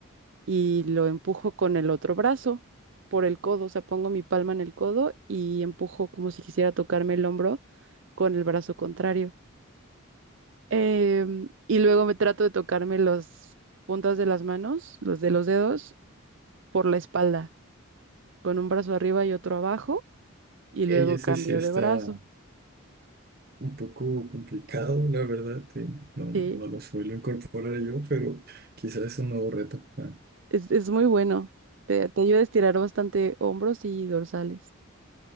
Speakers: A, on the right; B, on the right.
A: y lo empujo con el otro brazo por el codo, o sea, pongo mi palma en el codo y empujo como si quisiera tocarme el hombro con el brazo contrario. Em, y luego me trato de tocarme las puntas de las manos, los de los dedos, por la espalda, con un brazo arriba y otro abajo, y luego
B: Ey, ese
A: cambio
B: sí está
A: de brazo.
B: un poco complicado, la verdad. sí. No,
A: Sí.
B: no lo suelo incorporar yo, pero quizás es un nuevo reto. Ah,
A: Es, es muy bueno. Te, te ayuda a estirar bastante hombros y dorsales.